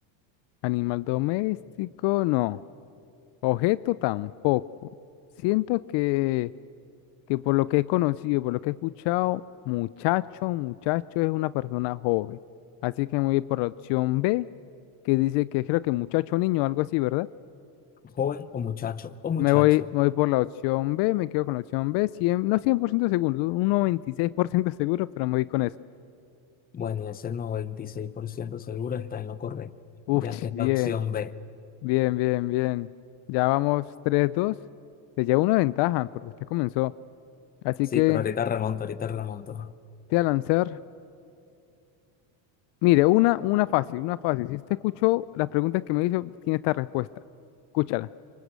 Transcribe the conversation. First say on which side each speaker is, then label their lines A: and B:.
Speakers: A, on the left; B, on the left.
A: Animal doméstico, no. Objeto tampoco. Siento que que por lo que he conocido, por lo que he escuchado, muchacho, muchacho es una persona joven. Así que me voy por la opción B, que dice que creo que muchacho, niño, algo así, ¿verdad?
B: Joven o muchacho o muchacha.
A: Me voy, me voy por la opción B, me quedo con la opción B, 100 no 100% seguro, un 96% <laughs> seguro, pero me voy con esa.
B: Bueno, y ese 96% seguro está en lo correcto,
A: Uf,
B: ya
A: <laughs>
B: que es
A: bien,
B: la opción B.
A: bien, bien, bien. Ya vamos tres dos Se lleva una ventaja porque usted comenzó. Así
B: Sí,
A: que
B: pero ahorita remonto, ahorita remonto.
A: te voy a lanzar Mire, una, una fácil, una fácil. Si usted escuchó las preguntas que me hizo, tiene esta respuesta. Escúchala.